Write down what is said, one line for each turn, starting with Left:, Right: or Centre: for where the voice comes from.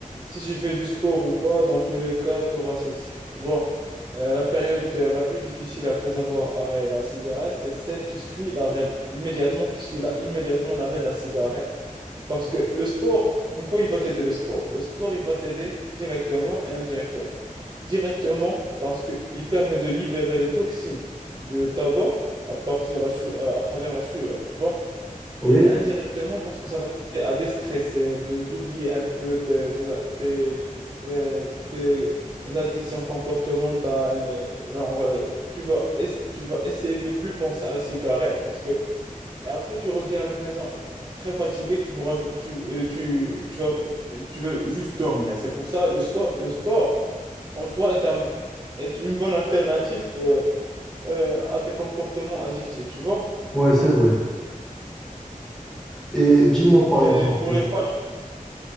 Right: si tu fais du sport ou pas, dans tous les cas, tu auras cessé. Tu vois, Euh, la période euh, la plus difficile après avoir arrêté la cigarette, c'est celle qui suit l'arrêt immédiatement, qui suit là, immédiatement l'arrêt de la cigarette. Parce que le sport, en quoi il va t'aider le sport? Le sport, il va t'aider directement et indirectement. Directement, parce qu'il permet de libérer les toxines de tabac à partir la su- à à travers la sueur, tu vois.
Centre: Oui.
Right: Et indirectement, parce que ça va t'aider à déstresser, de, d'oublier un peu tes, tes, a- tes, euh, tes, mm, addictions comportementales. Genre, euh, tu vas, ess- tu vas essayer de ne plus penser à la cigarette parce que, et après, tu reviens à la maison très fatigué, tu, voudras ju- tu, euh, tu, tu vas, tu, tu veux juste dormir. C'est pour ça le, sco- le sport en soi est un, est une bonne alternative euh, euh, à tes comportements addictifs, tu vois?
Centre: Ouais, c'est vrai. Et dis-moi par
Right: Et
Centre: exemple,
Right: pour les pas,